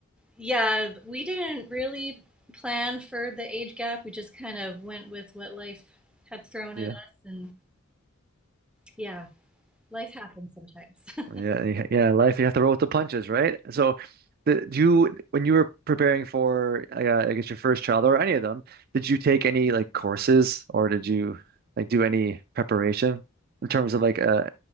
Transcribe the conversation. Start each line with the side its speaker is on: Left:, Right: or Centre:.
Centre: yeah, we didn't really plan for the age gap. We just kind of went with what life had thrown
Right: <laughs> Yeah.
Centre: at us, and yeah, life happens sometimes.
Right: Yeah, y- yeah, life you have to roll with the punches, right? So, the, do you when you were preparing for I gue- I guess your first child or any of them, did you take any like courses or did you like do any preparation in terms of like uh